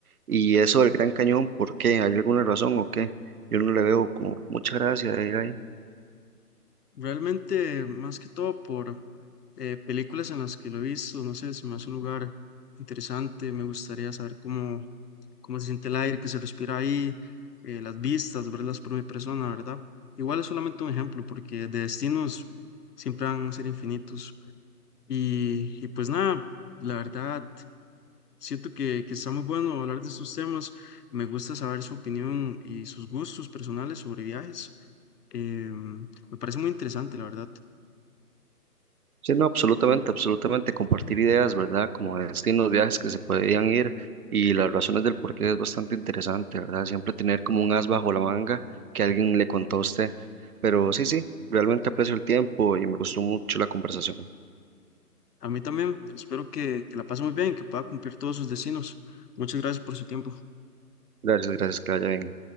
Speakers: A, on the right (about 65°); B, on the left (about 75°).
A: Y eso del Gran Cañón, ¿por qué? ¿Hay alguna razón o qué? Yo no le veo como mucha gracia de ir ahí.
B: Realmente, más que todo por eh, películas en las que lo he visto, no sé, se me hace un lugar interesante, me gustaría saber cómo, cómo se siente el aire que se respira ahí, eh, las vistas, verlas por mi persona, ¿verdad? Igual es solamente un ejemplo, porque de destinos siempre van a ser infinitos. Y, y pues nada, la verdad, siento que, que está muy bueno hablar de estos temas, me gusta saber su opinión y sus gustos personales sobre viajes. Em, me parece muy interesante, la verdad.
A: Sí, no, absolutamente, absolutamente. Compartir ideas, ¿verdad? Como destinos, viajes que se podían ir y las razones del por qué es bastante interesante, ¿verdad? Siempre tener como un as bajo la manga que alguien le contó a usted. Pero sí, sí, realmente aprecio el tiempo y me gustó mucho la conversación.
B: A mí también, espero que, que la pase muy bien, que pueda cumplir todos sus destinos. Muchas gracias por su tiempo.
A: Gracias, gracias, que la haya bien.